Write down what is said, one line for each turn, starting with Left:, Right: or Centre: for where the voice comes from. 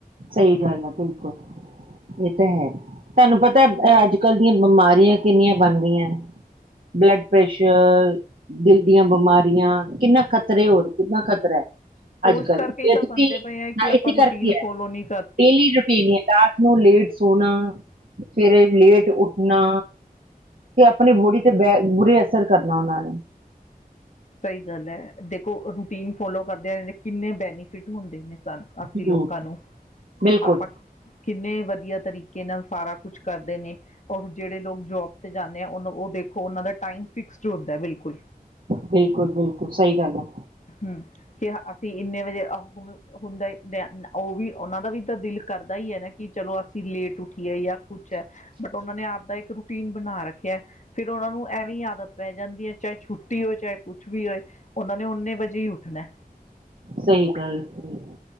Right: ਸਹੀ ਗੱਲ ਹੈ ਬਿਲਕੁਲ ਇਹ ਤਾਂ ਹੈ ਤੁਹਾਨੂੰ ਪਤਾ ਅੱਜ ਕੱਲ੍ਹ ਦੀਆਂ ਬਿਮਾਰੀਆਂ ਕਿੰਨੀਆਂ ਬਣ ਰਹੀਆਂ ਬਲੱਡ ਪ੍ਰੈਸ਼ਰ ਦਿਲ ਦੀਆਂ ਬਿਮਾਰੀਆਂ ਕਿੰਨਾ ਖਤਰੇ ਹੋਰ ਕਿੰਨਾ ਖਤਰਾ ਹੈ
Left: ਉਹ
Right: ਅੱਜ
Left: ਇਸ
Right: ਕੱਲ੍ਹ
Left: ਕਰਕੇ ਹੀ ਤਾਂ
Right: ਇਹ ਤੁਸੀਂ
Left: ਬੰਦੇ ਪਏ ਹੈ ਕਿ
Right: ਹਾਂ
Left: ਆਪਾਂ
Right: ਇਸੇ
Left: ਰੂਟੀਨ
Right: ਕਰਕੇ ਹੈ
Left: ਫੋਲੋ ਨਹੀਂੀ
Right: ਡੇਲੀ ਰੂਟੀਨ ਹੀ ਰਾਤ ਨੂੰ ਲੇਟ ਸੋਣਾ ਸਵੇਰੇ ਲੇਟ ਉੱਠਣਾ ਤੇ ਆਪਣੀ ਬੋਡੀ ਤੇ ਬੈ ਬੁਰੇ ਕਰਨਾ ਉਹਨਾਂ ਨੇ
Left: ਸਹੀ ਗੱਲ ਹੈ ਦੇਖੋ ਰੂਟੀਨ ਫੋਲੋ ਕਰਦੇਿਆਂ ਕਿੰਨੇ ਬੈਨੀਫਿਟ ਹੁੰਦੇ ਨੇ ਸਨ ਅੱਸੀ
Right: ਹਮ
Left: ਲੋਕਾਂ ਨੂੰ
Right: ਬਿਲਕੁਲ
Left: ਆਪਾਂ ਕਿੰਨੇ ਵਧੀਆ ਤਰੀਕੇ ਨਾਲ ਸਾਰਾ ਕੁਛ ਕਰਦੇ ਨੇ, ਔਰ ਜਿਹੜੇ ਲੋਕ ਜੋਬ ਤੇ ਜਾਂਦੇ ਆ, ਉਹ ਉਹ ਦੇਖੋ ਉਹਨਾਂ ਦਾ ਟਾਈਮ ਫਿਕਸਡ ਹੁੰਦਾ ਬਿਲਕੁਲ।
Right: ਬਿਲਕੁਲ, ਬਿਲਕੁਲ, ਸਹੀ ਗੱਲ ਹੈ।
Left: ਹੂੰ, ਕਿ ਇੰਨੇ ਵਜੇ ਹੁਣ ਹੁੰਦਾ, ਉਹ ਵੀ ਉਹਨਾਂ ਦਾ ਵੀ ਤਾਂ ਦਿਲ ਕਰਦਾ ਹੀ ਹੈ ਨਾ ਕਿ ਚਲੋ ਅਸੀਂ ਲੇਟ ਉੱਠੀਏ ਜਾਂ ਕੁਛ ਹੈ, ਬਟ ਉਹਨਾਂ ਨੇ ਆਪ ਦਾ ਇੱਕ ਰੂਟੀਨ ਬਣਾ ਰੱਖਿਆ। ਫਿਰ ਉਹਨਾਂ ਨੂੰ ਐਵੇਂ ਆਦਤ। ਪੈ ਜਾਂਦੀ ਹੈ, ਚਾਹੇ ਛੁੱਟੀ ਹੋਵੇ, ਚਾਹੇ ਕੁਛ ਵੀ ਹੋਏ। ਉਹਨਾ ਨੇ ਉਨੇ ਵਜੇ ਹੀ ਉੱਠਣਾ।
Right: ਸਹੀ ਗੱਲ ਹੈ